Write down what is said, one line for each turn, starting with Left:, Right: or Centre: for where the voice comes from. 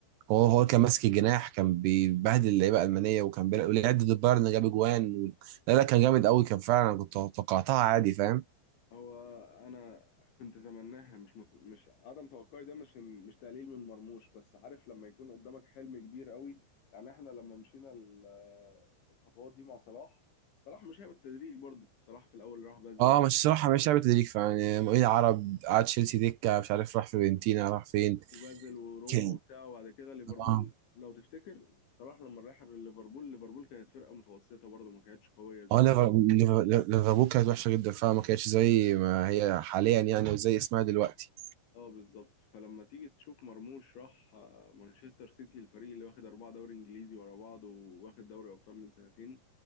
Right: هو هو كان ماسك الجناح كان بيبهدل اللعيبة الألمانية وكان بيلعب ولعب ضد البايرن جاب جوان و... لا لا كان جامد قوي كان فعلا أنا كنت توقعتها عادي فاهم
Left: هو انا كنت اتمناها مش مت... مش عدم توقعي ده مش مش تقليل من مرموش بس عارف لما يكون قدامك حلم كبير قوي يعني احنا لما مشينا ال- الخطوات دي مع صلاح صلاح مش هي بالتدريج برضه صلاح في الاول راح بازل
Right: اه مش صراحة مش لعبة تدريج فعلا يعني مؤيد عرب قعد تشيلسي دكة مش عارف راح فيورنتينا راح فين
Left: وبازل وروما
Right: كان
Left: وبتاع وبعد كده ليفربول
Right: آه.
Left: لو تفتكر صلاح لما راح ليفربول ليفربول كانت فرقه متوسطه برضه ما كانتش قويه زي
Right: اه ليفر-
Left: دلوقتي
Right: ليفر- ليفربول كانت وحشه جدا فعلا ما كانتش زي ما هي حاليا يعني وزي اسمها دلوقتي
Left: اه بالظبط فلما تيجي تشوف مرموش راح آه، مانشستر سيتي الفريق اللي واخد أربعة دوري إنجليزي ورا بعض وواخد دوري أبطال من سنتين